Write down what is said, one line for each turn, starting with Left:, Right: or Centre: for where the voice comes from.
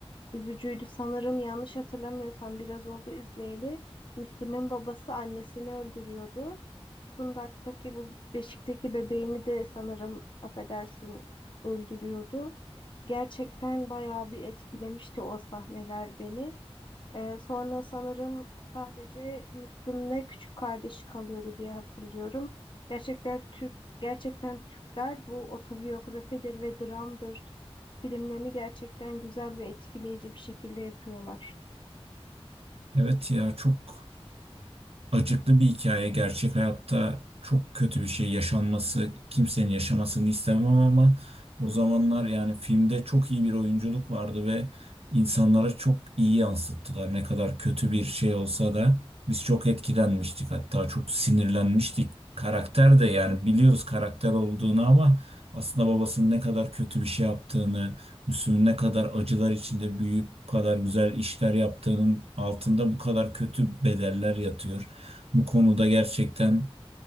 Left: Üzücüydü sanırım yanlış hatırlamıyorsam biraz oldu izleyeli. Müslüm'ün babası annesini öldürüyordu. Kundak'taki bu beşikteki bebeğini de sanırım affedersin öldürüyordu. Gerçekten bayağı bir etkilemişti o sahneler beni. Ee, sonra sanırım sadece Müslüm'le küçük kardeşi kalıyordu diye hatırlıyorum. Gerçekler Türk, gerçekten Türkler bu otobiyografidir ve dramdır. Filmlerini gerçekten güzel ve etkileyici bir şekilde yapıyorlar.
Right: Evet ya çok acıklı bir hikaye. Gerçek hayatta çok kötü bir şey yaşanması, kimsenin yaşamasını istemem ama o zamanlar yani filmde çok iyi bir oyunculuk vardı ve insanlara çok iyi yansıttılar. Ne kadar kötü bir şey olsa da biz çok etkilenmiştik hatta çok sinirlenmiştik. Karakter de yani biliyoruz karakter olduğunu ama aslında babasının ne kadar kötü bir şey yaptığını, Müslüm'ün ne kadar acılar içinde büyüyüp bu kadar güzel işler yaptığının altında bu kadar kötü bedeller yatıyor. Bu konuda gerçekten